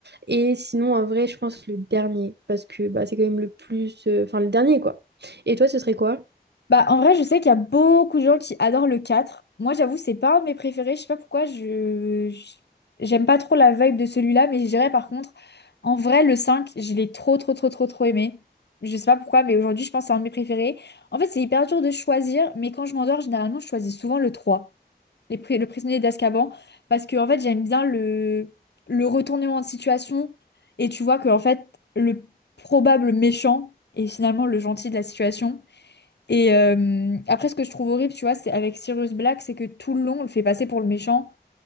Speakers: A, on the right; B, on the left.
A: Et sinon, en vrai, je pense le dernier parce que bah, c'est quand même le plus. euh, Enfin, le dernier, quoi. Et toi, ce serait quoi?
B: Bah, en vrai, je sais qu'il y a beaucoup de gens qui adorent le quatre Moi, j'avoue, c'est pas un de mes préférés. Je sais pas pourquoi, je... je- J'aime pas trop la vibe de celui-là, mais je dirais par contre, en vrai, le cinq je l'ai trop, trop, trop, trop, trop aimé. Je sais pas pourquoi, mais aujourd'hui, je pense que c'est un de mes préférés. En fait, c'est hyper dur de choisir, mais quand je m'endors, généralement, je choisis souvent le trois Les pri- le prisonnier d'Azkaban parce que en fait j'aime bien le le retournement de situation et tu vois que en fait le probable méchant est finalement le gentil de la situation et euh, après ce que je trouve horrible tu vois c'est avec Sirius Black c'est que tout le long on le fait passer pour le méchant